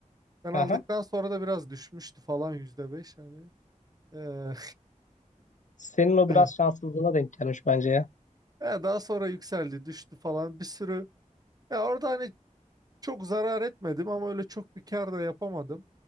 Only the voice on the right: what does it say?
Ben
aldıktan sonra da biraz düşmüştü falan %5 hani. E,
<laughs>
eh,
ya daha sonra yükseldi düştü falan bir sürü. Ya orada hani çok zarar etmedim ama öyle çok bir kar da yapamadım.